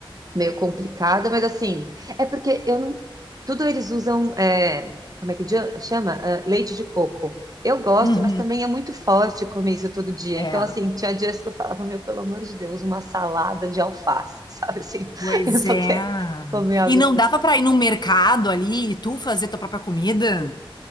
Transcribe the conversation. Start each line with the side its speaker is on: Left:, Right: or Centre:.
Right: meio complicada, mas assim, é porque eu não. Tudo eles usam, é, como é que dia- chama? Ah, leite de coco. Eu gosto,
Left: Uhum.
Right: mas também é muito forte comer isso todo dia.
Left: É.
Right: Então, assim, tinha dias que eu falava, meu, pelo amor de Deus, uma salada de alface, <laughs> sabe assim?
Left: Pois
Right: Eu só
Left: é.
Right: quero comer algo
Left: E não dava pra ir num mercado ali e tu fazer tua própria comida?